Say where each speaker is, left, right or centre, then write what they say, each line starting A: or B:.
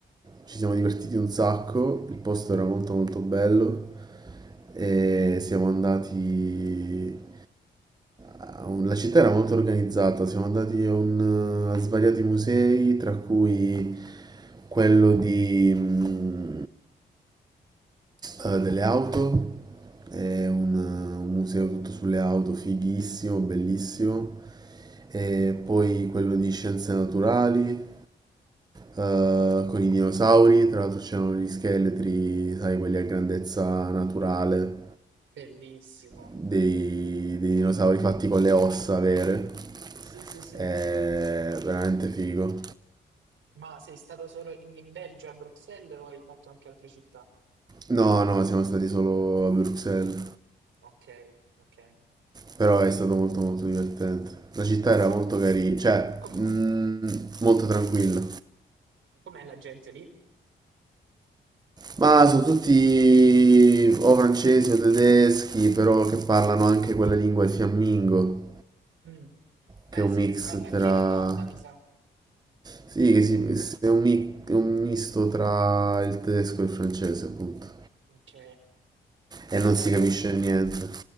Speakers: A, on the right; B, on the right.
A: ci siamo divertiti un sacco, il posto era molto molto bello e siamo andati... a un- La città era molto organizzata, siamo andati a, un- a svariati musei, tra cui quello di... mm, eh, delle auto, è un, un museo tutto sulle auto, fighissimo, bellissimo. E poi quello di scienze naturali, eh, con i dinosauri, tra l'altro c'erano gli scheletri, sai, quelli a grandezza naturale,
B: bellissimo.
A: dei, dei dinosauri fatti con le ossa vere.
B: Sì, sì, sì.
A: È veramente figo.
B: Ma sei stato solo lì in Belgio, a Bruxelles, o hai fatto anche altre città?
A: No, no, siamo stati solo a Bruxelles.
B: Ok, ok.
A: Però è stato molto molto divertente. La città era
B: Com-
A: molto carina, cioè
B: com-
A: mm, molto tranquilla.
B: com'è la gente lì?
A: Ma sono tutti o francesi o tedeschi, però che parlano anche quella lingua, il fiammingo,
B: Mm. Eh
A: che è un
B: sì,
A: mix
B: che si parla anche
A: tra...
B: in Olanda, mi sa.
A: Sì, che si- è un, mi- è un misto tra il tedesco e il francese, appunto.
B: Ok. Eh,
A: E non
B: bella
A: si capisce
B: comunque.
A: niente.